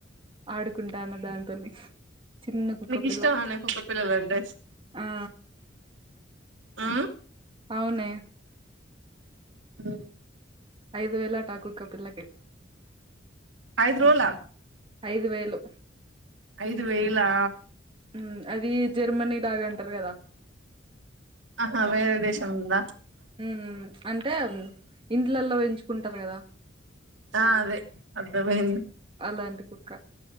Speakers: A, on the right; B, on the right.
A: ఆడుకుంటాన్న దాంతోని చిన్న కుక్కపిల్ల
B: నీకు ఇష్టమా నా కుక్క పిల్లలంటే
A: ఆ
B: ఆ
A: అవ్నే
B: మ్
A: ఐదు వేలట ఆ కుక్క పిల్లకి
B: ఐదు రోల
A: ఐదు వేలు
B: ఐదు వేలా
A: మ్ అది జర్మనీ రాజ్ అంటరు కదా
B: ఆహా వేరే దేశంద
A: మ్ మ్ అంటే ఇండ్లల్ల పెంచుకుంటర్ గదా
B: ఆ అదే అర్థమైంది
A: అలాంటి కుక్క